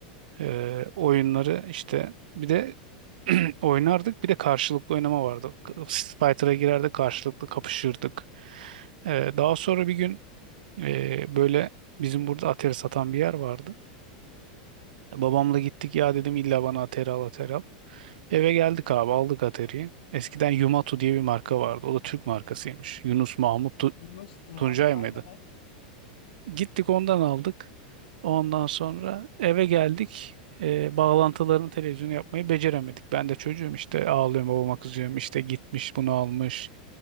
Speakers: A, on the right; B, on the left.
A: E, oyunları işte bir de <clears throat> oynardık. Bir de karşılıklı oynama vardı. Street Fighter'a girerdik karşılıklı kapışırdık. E, daha sonra bir gün e, böyle bizim burada atari satan bir yer vardı. Babamla gittik ya dedim illa bana Atari al Atari al. Eve geldik abi aldık Atari'yi. Eskiden Yumatu diye bir marka vardı. O da Türk markasıymış. Yunus Mahmut Tu-
B: Yunus Mahmut
A: Tuncay
B: aynen
A: mıydı?
B: aynen.
A: Gittik ondan aldık. Ondan sonra eve geldik. Ee, bağlantılarını televizyonu yapmayı beceremedik. Ben de çocuğum işte ağlıyorum babama kızıyorum. İşte gitmiş bunu almış.